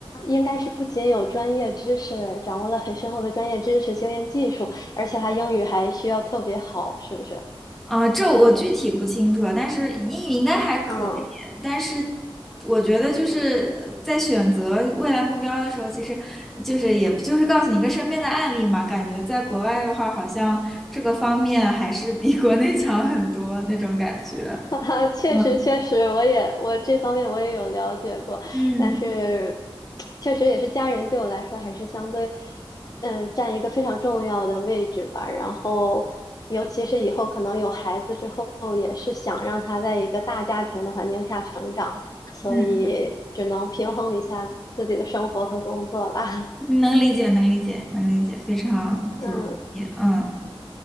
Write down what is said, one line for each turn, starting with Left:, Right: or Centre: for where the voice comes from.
Left: 应该是不仅有专业知识，掌握了很深厚的专业知识、经验、技术，而且他英语还需要特别好，是不是？
Centre: 啊，这我具体不清楚啊，但是英语应该还可以。
Left: 嗯。
Centre: 但是我觉得就是呃在选择未来目标的时候，其实就是也就是告诉你一个身边的案例嘛。感觉在国外的话，好像这个方面还是比国内 <laughs> 强很多那种感觉。
Left: <laughs> 哈哈，确实确实，
Centre: 嗯
Left: 我也我这方面我也有了解过，
Centre: 嗯
Left: 但是确实也是家人对我来说还是相对，嗯、占一个非常重要的位置吧。然后，尤其是以后可能有孩子之后，也是想让他在一个大家庭的环境下成长，所以只能平衡一下自己的生活和工作啦。
Centre: 嗯，
Left: <laughs>
Centre: 能理解，能理解，能理解，非常不容易。
Left: 嗯
Centre: 嗯。